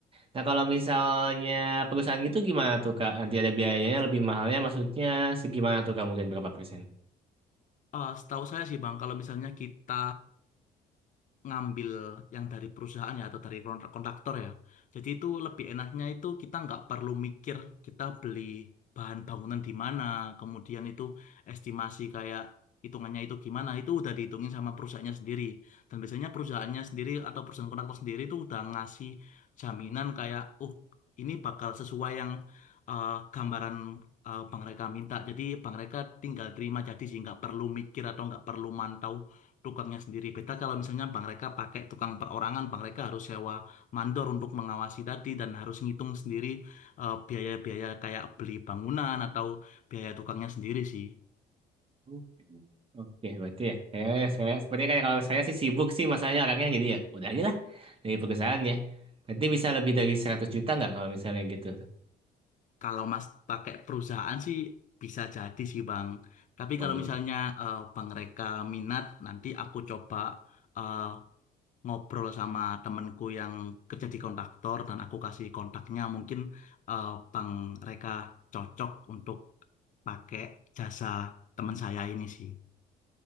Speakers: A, on the right; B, on the left.
A: Nah, kalau misalnya perusahaan gitu gimana tuh, Kak? Nanti ada biayanya lebih mahalnya, maksudnya segimana tuh, Kak? Mungkin berapa persen?
B: Eh, setahu saya sih Bang, kalau misalnya kita ngambil yang dari perusahaan ya atau dari kontrak- kontraktor ya. Jadi itu lebih enaknya itu kita nggak perlu mikir kita beli bahan bangunan di mana, kemudian itu estimasi kayak hitungannya itu gimana, itu udah dihitungin sama perusahaannya sendiri. Dan biasanya perusahaannya sendiri atau perusahaan kontraktor sendiri itu udah ngasih jaminan kayak, oh ini bakal sesuai yang eh, gambaran eh, Bang Reka minta. Jadi Bang Reka tinggal terima jadi sih nggak perlu mikir atau nggak perlu mantau tukangnya sendiri. Beda kalau misalnya Bang mereka pakai tukang perorangan, Bang mereka harus sewa mandor untuk mengawasi tadi dan harus ngitung sendiri eh, biaya-biaya kayak beli bangunan atau biaya tukangnya sendiri sih.
A: Oke, Oke, berarti ya. Saya, saya sepertinya kayak kalau saya sih sibuk sih masalahnya orangnya jadi ya udah aja lah dari perusahaannya. Berarti bisa lebih dari 100 juta nggak kalau misalnya gitu?
B: Kalau Mas pakai perusahaan sih bisa jadi sih Bang. Tapi
A: Waduh,
B: kalau misalnya eh, Bang mereka minat, nanti aku coba eh, ngobrol sama temenku yang kerja di kontraktor dan aku kasih kontaknya mungkin eh, Bang Reka cocok untuk pakai jasa teman saya ini sih.